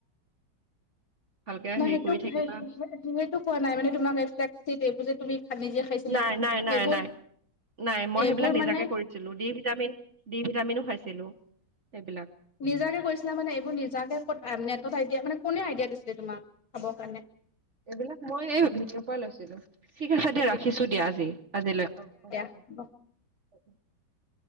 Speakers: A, on the right; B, on the left.
A: ভালকে
B: নহয়,
A: হেৰি
B: সেইটো,
A: কৰি থাকিবা
B: সেইটো কোৱা নাই মানে তোমাক তুমি নিজে খাইছিলা
A: নাই, নাই, নাই,
B: এইবোৰ
A: নাই। নাই মই
B: এইবোৰ
A: সেইবিলাক নিজাকে
B: মানে
A: কৰিছিলোঁ ডি ভিটামিন, ডি ভিটামিনো খাইছিলো। সেইবিলাক
B: নিজাকে কৈছিলা মানে এইবোৰ নিজাকে ক'ত পাই মানে কটা এতিয়া মানে কোনে আইডিয়া দিছিলে তোমাক, খাবৰ কাৰণে?
A: এইবিলাক মই এই ভিডিঅ' পৰা লৈছিলো ঠিক আছে
B: অ
A: দিয়া ৰাখিছো দিয়া আজি আজিলৈ অ'।
B: বা
A: <inaudible>